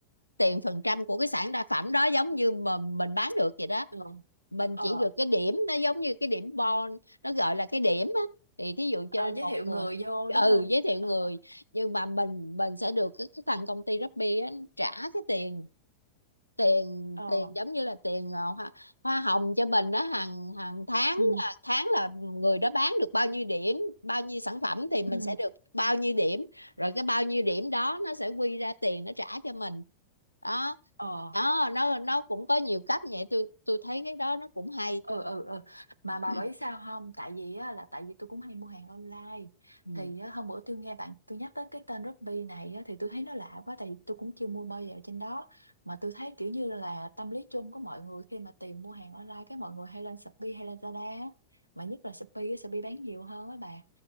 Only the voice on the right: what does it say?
ừ
ờ
Ờ,
giới
thiệu
người vô
đúng không
ờ
ờ
ừ
ừ
ờ
ừ ừ ừ mà bà
biết sao không tại vì á, là tại vì tôi cũng hay mua hàng online
thì á, hôm bữa tôi nghe bạn tôi nhắc tới cái tên Shopee này á, thì tôi thấy nó lạ quá tại vì tôi cũng chưa mua bao giờ trên đó mà tôi thấy kiểu như là tâm lý chung của mọi người khi mà tìm mua hàng online cái mọi người hay lên Shopee hay là Lazada á. mà nhất là Shopee á, Shopee bán nhiều hơn á bà